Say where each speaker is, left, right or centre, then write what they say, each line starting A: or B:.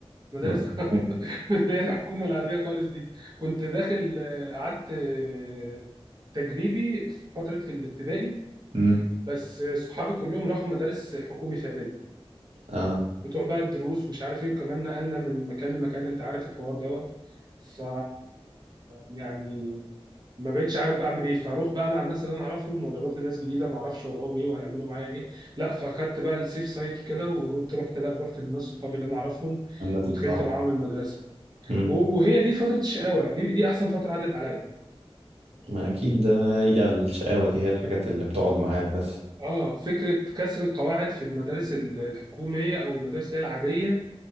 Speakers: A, on the right; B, on the right.
A: مدارس
B: مدرسة-
A: <laughs> من اللي هي الحكومه العاديه خالص دي كنت داخل آه، قعدت آه، تجريبي في فتره الابتدائي
B: مم.
A: بس آه، صحابي كلهم راحوا مدارس حكومي في اعدادي
B: اه
A: بتوع بقى الدروس مش عارف ايه وكمان نقلنا من مكان لمكان انت عارف الحوار دوت ف يعني ما بقتش عارف بعمل ايه فاروح بقى مع الناس اللي انا اعرفهم ولا اروح لناس جديده ما اعرفش وضعهم ايه وهيعملوا معايا ايه لا فخدت بقى السيف سايد كده ورحت رحت لا رحت للناس صحابي اللي انا اعرفهم
B: الناس
A: ودخلت
B: اللي تعرف
A: معاهم المدرسه
B: امم
A: وهي دي فترة الشقاوة يعني دي دي أحسن فترة عدت عليا
B: ما اكيد ده هي الشقاوة دي هي الحاجات اللي بتقعد معاك بس
A: اه فكرة كسر القواعد في المدارس ال- الحكومية أو المدارس اللي هي العادية